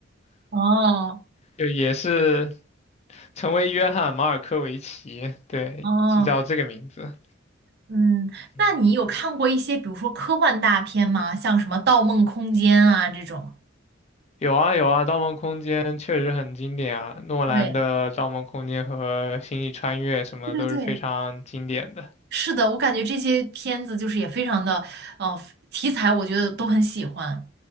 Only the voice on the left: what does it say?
就也是成为约翰马尔科维奇，对，
是叫这个名字。
嗯
有啊有啊，《盗梦空间》确实很经典啊，诺兰的《盗梦空间》和《星际穿越》什么的都是非常经典的。